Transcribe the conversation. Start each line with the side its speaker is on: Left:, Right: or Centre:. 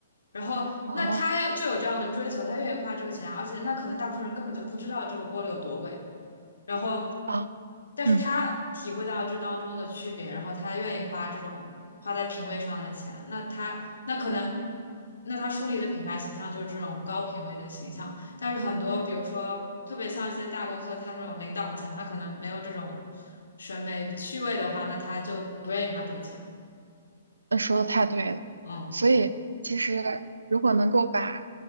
Left: 然后，
Right: 好
Left: 那他就有这样的追求，他愿意花这个钱，而且那可能大部分人根本就不知道这个玻璃有多贵，然后，
Right: 啊，
Left: 但是他体会到这当中的区别，
Right: 嗯。
Left: 然后他愿意花这种花在品味上的钱，那他那可能，那他树立的品牌形象就是这种高品位的形象，但是很多，比如说特别像一些大公司，他那种领导层，他可能没有这种审美趣味的话，那他就不愿意花这个钱。
Right: 那说的太对了，
Left: 嗯，
Right: 所以其实如果能够把，